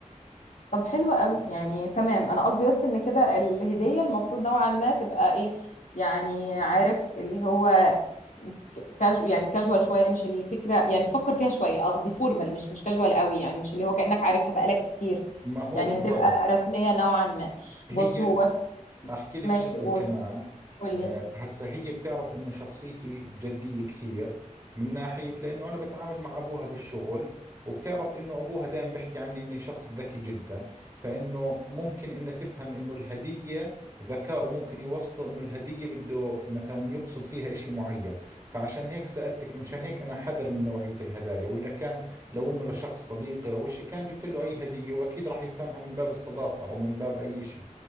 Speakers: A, on the left; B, on the right.
A: طب حلو قوي يعني تمام انا قصدي بس ان كده الهدية المفروض نوعا ما تبقى ايه يعني عارف اللي هو ك- كاجو يعني كاجوال شوية مش الفكرة يعني تفكر فيها شوية قصدي فورمال مش مش كاجوال قوي يعني مش اللي هو كأنك عارفها بقالك كتير
B: ما هو
A: يعني
B: بالضبط
A: هتبقى رسمية نوعا ما
B: هي
A: بص هو
B: احكي لك
A: ماشي
B: شغله
A: قول
B: كمان
A: قول
B: آه،
A: لي
B: هسه هي بتعرف انه شخصيتي جديه كثير من ناحيه لانه انا بتعامل مع ابوها بالشغل وبتعرف انه ابوها دائما بيحكي عني اني شخص ذكي جدا فانه ممكن انه تفهم انه الهديه ذكائه ممكن يوصله انه الهديه بده مثلا يقصد فيها اشي معين فعشان هيك سالتك مشان هيك انا حذر من نوعيه الهدايا ولا كان لو انه لشخص صديقي او اشي كان جبت له اي هديه واكيد راح يفهمها من باب الصداقه او من باب اي اشي